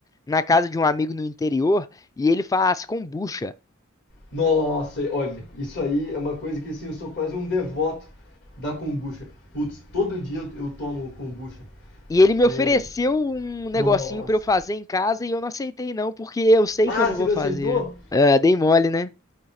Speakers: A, on the left; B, on the left.
A: na casa de um amigo no interior e ele faz kombucha.
B: Nossa, olha, isso aí é uma coisa que assim, eu sou quase um devoto da kombucha. Putz, todo dia eu, eu tomo kombucha.
A: E ele me
B: É,
A: ofereceu um negocinho
B: Nossa.
A: pra eu fazer em casa e eu não aceitei não, porque eu sei
B: Ah,
A: que eu não
B: você
A: vou
B: não
A: fazer.
B: aceitou?
A: Ah, dei mole, né?